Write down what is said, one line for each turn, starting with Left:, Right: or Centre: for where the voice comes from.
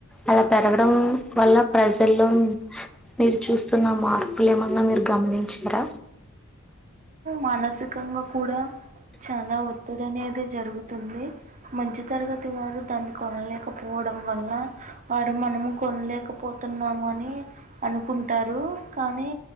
Centre: అలా పెరగడం వల్ల ప్రజల్లో మీరు చూస్తున్న మార్పులు ఏమన్న ఉన్నా మీరు గమనించారా
Right: మానసికంగా కూడా చాలా ఒత్తి ఒత్తిడి అనేది జరుగుతుంది మధ్య తరగతి వారు దాన్ని కొనలేకపోవడం వల్ల వారు మనము కొనలేకపోతున్నాము అని అనుకుంటారు కానీ